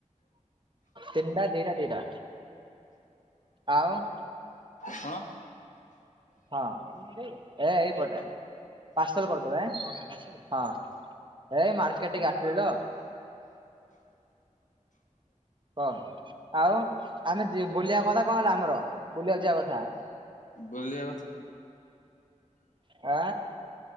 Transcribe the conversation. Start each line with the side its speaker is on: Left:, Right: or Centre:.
Right: ତିନଡା ଦିଟା ଦିଟା ଆଉ
Left: କଣ?
Right: ହଁ ଏ ଏଇପଟେ। ପାର୍ସଲ କରିଦେବେ ହଁ ଏ ମାର୍କେଟ ଟିକେ ଆସଥିଲି ତ। କ ଆଉ ଆମେ ଯି ବୁଲିଆ କଥା କଣ ହେଲା ଆମର ବୁଲିଆକୁ ଯିଆ କଥା।
Left: ବୁଲିଆ କଥା
Right: ଆ